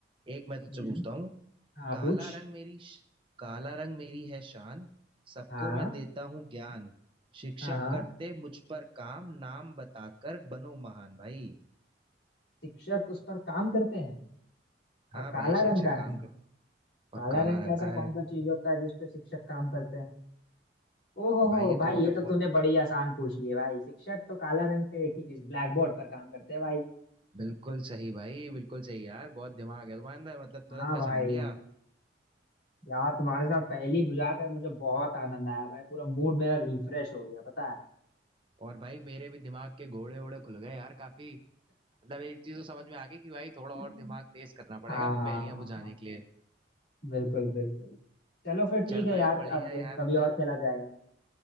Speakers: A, on the right; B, on the left.
A: एक मैं तुझसे
B: हम्म।
A: पूछता हूँ
B: हाँ
A: काला
B: पूछ
A: रंग मेरी श- काला रंग मेरी है शान सबको
B: हाँ
A: मैं देता हूँ ज्ञान शिक्षक
B: हाँ हाँ
A: करते मुझ पर काम नाम बताकर बनो महान भाई
B: शिक्षक उस पर काम करते हैं और
A: हाँ
B: काला
A: भाई शिक्षक
B: रंग का
A: काम
B: है
A: करते
B: काला
A: और काला
B: रंग का
A: रंग
B: ऐसा
A: का
B: कौन
A: है
B: सा चीज होता है जिस पे शिक्षक काम करते हैं ओ हो
A: भाई
B: हो
A: ये तो
B: भाई
A: मतलब
B: ये तो
A: बहुत
B: तूने बड़ी आसान पूछ ली भाई शिक्षक तो काला रंग पे एक ही चीज ब्लैक बोर्ड पर काम करते हैं भाई
A: बिल्कुल सही भाई बिल्कुल सही यार बहुत दिमाग है तुम्हारे अंदर मतलब
B: हाँ
A: तुरंत पहचान
B: भाई
A: लिया
B: यार तुम्हारे साथ पहेली बुझा कर मुझे बहुत आनंद आया भाई पूरा मूड मेरा रिफ्रेश हो गया पता है
A: और भाई मेरे भी दिमाग के घोड़े वोड़े खुल गए यार काफी मतलब एक चीज तो समझ में आ गई कि भाई थोड़ा
B: <laughs>
A: और दिमाग तेज करना पड़ेगा
B: हाँ
A: अभी पहेलियां बुझाने के लिए
B: बिल्कुल बिल्कुल चलो फिर
A: चल
B: ठीक है
A: भाई
B: यार
A: बढ़िया
B: अब
A: है यार
B: कभी और खेला जाएगा